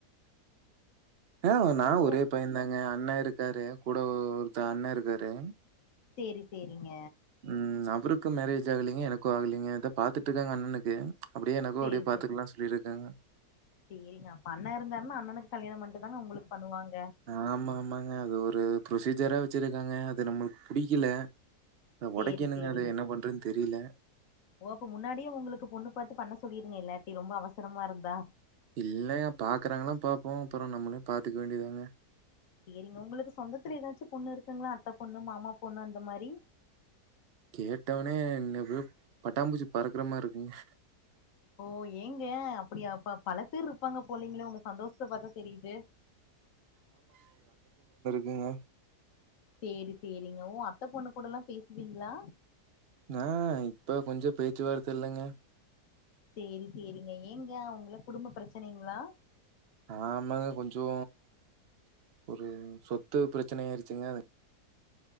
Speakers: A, on the right (about 45°); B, on the left (about 55°).
A: ஆ நா
B: நீங்க
A: ஒரே பைய தாங்க அண்ணே இருக்காரு கூட ஓ ஒருத்த அண்ணே இருக்காரு
B: சேரி சேரிங்க
A: ம் அவருக்கு மேரேஜ் ஆகலைங்க எனக்கு ஆகலைங்க இதா பாத்துட்டுக்காங்க அண்ணனுக்கு அப்படியே எனக்கு
B: சேரி
A: அப்டியே பாத்துக்கலா
B: சேரி
A: சொல்லியிருக்காங்க
B: சேரிங்க அப்ப அண்ணன் இருந்தாருன்னா அண்ணனுக்கு கல்யாண பண்ணிட்டு தாங்க உங்களுக்கு பண்ணுவாங்க
A: ஆமா ஆமாங் அது ஒரு பு்ரொசீஜரா வச்சிருக்காங்க அது நம்மளுக்கு புடிக்கல
B: சேரி
A: ஒடக்கணுங்க
B: சேரிங்க
A: அத என்ன பண்றதுன்னு தெரி புரில
B: ஓ அப்ப முன்னாடியே உங்களுக்கு பொண்ணு பாத்து பண்ண சொல்லிருங்க இல்லாட்டி ரொம்ப அவசரமா இருந்தா
A: இல்லங்க பாக்குறாங்களான்னு பாப்போ அப்புற நம்மளே பாத்துக்க வேண்டியதாங்க
B: சேரிங்க உங்களுக்கு சொந்தத்துல ஏதாச்சு பொண்ணு இருக்குங்களா அத்த பொண்ணு மாமா பொண்ணு அந்த மாரி
A: கேட்டவனே இனவு போ பட்டாம்பூச்சி பறக்குற மாரி இருக்குங்க
B: ஓ ஏங்க அப்டியா அப்ப பழ பேர் இருப்பாங்க போலீங்கலே உங்க சந்தோஷத்த பாத்தா தெரியுது
A: குங்க
B: சேரி சேரிங்க ஓ அத்த பொண்ணு கூட எல்லா பேசுவிங்ளா
A: ந இப்ப கொஞ்சோ பேச்சுவார்த்த இல்லங்க
B: சேரி சேரிங்க ஏங்க அவுங்ளா குடும்ப பிரச்சனைங்ளா
A: ஆமாங்க கொஞ்சோ ஒரு சொத்து பிரச்சனை ஆயிருச்சுங்க